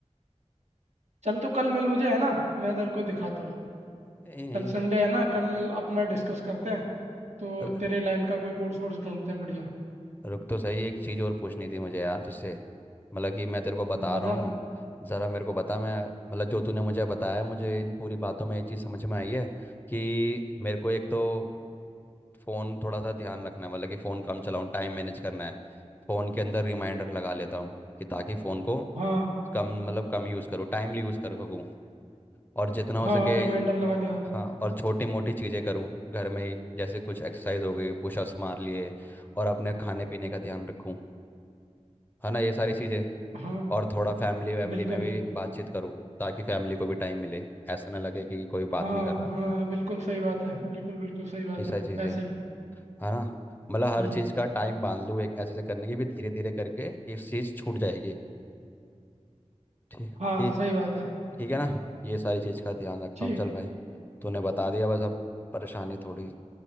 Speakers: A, on the right; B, on the left.
A: चल तो कल मिल मुझे है ना मैं तेरे को दिखाता हूँ
B: नहीं नहीं
A: कल संडे है ना कल अपना डिस्कस करते हैं तो
B: रु-
A: तेरे लाइन का कोई कोर्स वोर्स ढूंढते हैं बढ़िया
B: रुक तो सही एक चीज़ और पूछनी थी मुझे यार तुझसे मतलब कि मैं तेरे को बता
A: बता
B: रहा हूँ ज़रा मेरे को बता मैं मतलब जो तूने मुझे बताया मुझे इन पूरी बातों में ये चीज़ समझ में आई है कि मेरे को एक तो फ़ोन थोड़ा सा ध्यान रखना है मतलब कि फ़ोन कम चलाऊँ टाइम मैनेज करना है फ़ोन के अंदर रिमाइंडर लगा लेता हूँ कि ताकि फ़ोन को
A: हाँ
B: कम मतलब कम यूज़ करूँ टाइमली यूज़ कर सकूँ और जितना हो
A: हाँ
B: सके
A: रिमाइंडर लगा लिया
B: हाँ और छोटी मोटी चीज़ें करूँ घर में ही जैसे कुछ एक्सरसाइज हो गई पुशअप्स मार लिए और अपने खाने पीने का ध्यान रखूँ है ना ये सारी चीज़ें
A: हाँ
B: और थोड़ा फैमिली वैमिली
A: बिल्कुल
B: में भी बातचीत करूँ ताकि फैमिली को भी टाइम मिले ऐसा ना लगे कि कोई
A: हाँ
B: बात नहीं कर रहा
A: हाँ बिल्कुल सही बात है बिल्कुल बिल्कुल सही बात
B: ये सारी
A: है
B: चीज़ें
A: ऐसे ही
B: है ना मतलब हर
A: हम्म
B: चीज़ का टाइम बांध लूँ एक ऐसे से करने की भी धीरे धीरे करके ये चीज़ छूट जाएगी ठीक
A: हाँ
B: ठीक
A: सही बात है
B: ठीक है ना ये सारी चीज़ का ध्यान रखता
A: ठीक
B: हूँ चल भाई तूने बता दिया बस अब परेशानी थोड़ी